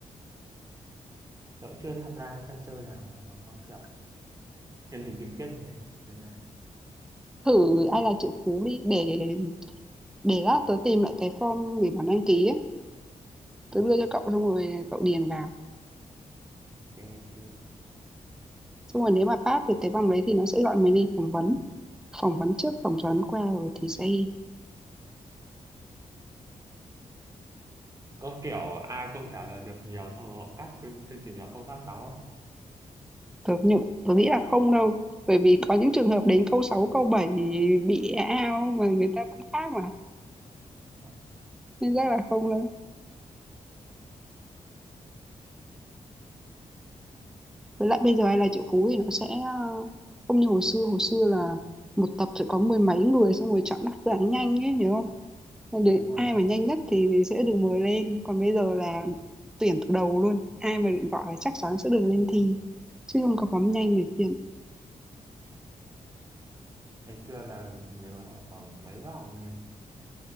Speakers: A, on the right; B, in the centre.
A: Tớ cũng chưa tham gia sân chơi nào nó kiểu truyền hình trực tiếp như thế nên là
B: thử ai là triệu phú đi để để lát tớ tìm lại cái form để bản đăng ký ấy tớ
A: ừ,
B: đưa cho cậu xong rồi cậu điền vào
A: ok ok
B: xong rồi nếu mà pass thì cái bằng đấy thì nó sẽ gọi mình đi phỏng vấn phỏng vấn trước phỏng vấn qua rồi thì sẽ
A: có kiểu ai không trả lời được nhiều sau họ cắt chương chương trình họ không phát sóng không
B: tớ nhủ tớ nghĩ là không đâu bởi vì có những trường hợp đến câu 6 câu 7 bị e ao mà người ta vẫn khác mà
A: Ờ,
B: nên chắc là không đâu với lại bây giờ ai là triệu phú thì nó sẽ ờ, không như hồi xưa hồi xưa là một tập sẽ có mười mấy người xong rồi chọn đáp án nhanh ấy nhớ Còn đến
A: đúng rồi
B: ai
A: đúng rồi
B: mà nhanh nhất thì, thì sẽ được mời lên còn bây giờ là tuyển từ đầu luôn ai mà được gọi là chắc chắn sẽ được lên thi chứ không có bấm nhanh này kia
A: ngày xưa là nhớ là còn mấy vòng rồi nhỉ?